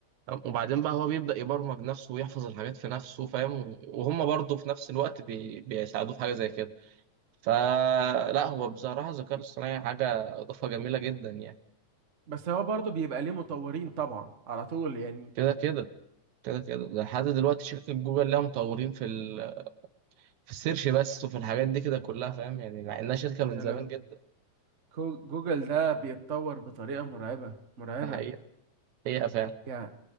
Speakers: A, on the right; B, on the right.
A: تمام؟ وبعدين بقى هو بيبدا يبرمج نفسه ويحفظ الحاجات في نفسه فاهم وهم برضه في نفس الوقت بي... بيساعدوه في حاجه زي كده فلا هو بصراحه الذكاء الاصطناعي حاجه اضافه جميله جدا يعني
B: بس هو برضه بيبقى ليه مطورين طبعا على طول يعني
A: كده كده كده كده ده لحد دلوقتي شركة جوجل لها مطورين في ال... في السيرش بس وفي الحاجات دي كده كلها فاهم يعني مع انها شركة من
B: يا
A: زمان
B: لهوي
A: جدا
B: كو- جوجل ده بيتطور بطريقة مرعبة مرعبة
A: ده حقيقة هي فعلا
B: يعني